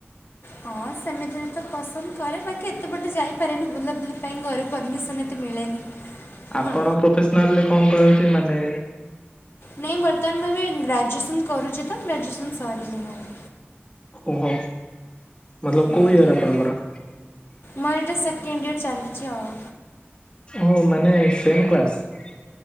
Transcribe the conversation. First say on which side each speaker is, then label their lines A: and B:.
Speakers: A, on the left; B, on the left.
A: ହଁ ସେମିତିରେ ତ ପସନ୍ଦ କରେ ବାକି ଏତେ କୁଆଡେ ଯାଇପାରେନି ବୁଲାବୁଲି ପାଇଁ ଘରୁ ପରମିସନ ଏତେ ମିଳେନି।
B: ଆପଣ
A: ହଁ
B: ପ୍ରଫେସନାଲରେ କଣ କରନ୍ତି ମାନେ
A: ନାହିଁ ବର୍ତ୍ତମାନ ମୁଁ ଏବେ ଗ୍ରାଜୁଏସନ୍ କରୁଛି ତ ଗ୍ରାଜୁଏସନ୍ ସରିିନି ମୋର।
B: ଓହୋ ମତଲବ
A: ହୁଁ
B: କୋଉ ଘରେ ଆପଣଙ୍କର?
A: ମୋର ଏଇଟା ସେକେଣ୍ଡ ଇୟର ଚାଲିଛି ଆଉ।
B: ଓ ମାନେ ସେମ କ୍ଲାସ